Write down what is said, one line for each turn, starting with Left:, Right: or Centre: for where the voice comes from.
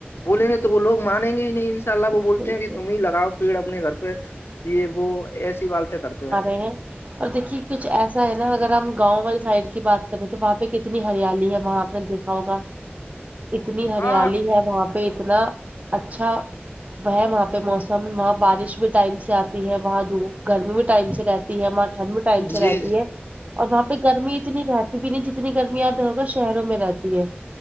Left: بولیں گے تو وہ لگ مانیں گے ہی نہیں ان شاء اللہ وہ بولتے
Right: بالکل
Left: ہیں کہ تم ہی لگاؤ پیڑ اپنے گھر پہ یہ وہ ایسی والتے کرتے ہیں
Right: ہوں اور دیکھئے کچھ ایسا ہے نا اگر ہم گاؤں والی سائڈ کی بات کریں تو وہاں پہ کتنی ہریالی ہے وہاں نہ دیکھا ہوگا اتنی ہریالی
Left: ہاں
Right: ہے وہاں پہ اتنا اچھا ہے وہاں پہ موسم وہاں بارش بھی ٹائم سے آتی ہے وہاں دھوپ گرمی بھی ٹائم سے رہ تی ہے وہاں ٹھنڈ بھی ٹائم سے
Left: جی
Right: رہتی ہے اور وہاں پہ گرمی اتنی رہتی اتنی جتنی گرمی آپ لوگوں کے شہروں میں رہتی ہے